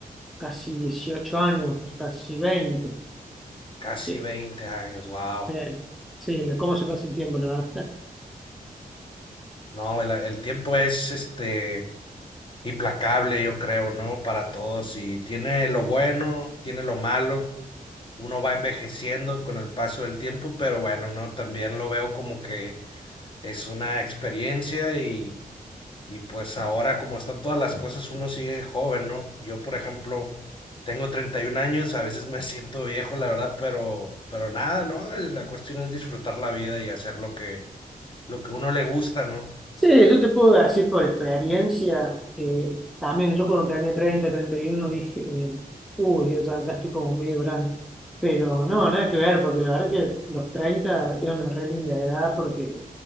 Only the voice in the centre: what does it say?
casi 18 años, casi veinte
Sí,
sí, sí, cómo se pasa el tiempo, la verdad.
Sí, yo te puedo decir por experiencia, eh, también yo cuando tenía treinta treinta y uno dije, eh, uy, Dios, ya, ya estoy como medio grande. Pero no, nada que ver, porque la verdad que los 30 es una re linda edad porque